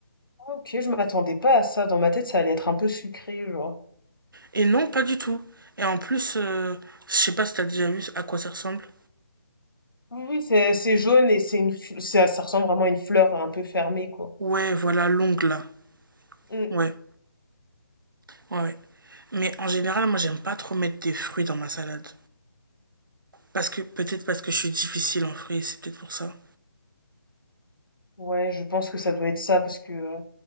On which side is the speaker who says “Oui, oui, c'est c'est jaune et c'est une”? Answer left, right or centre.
Left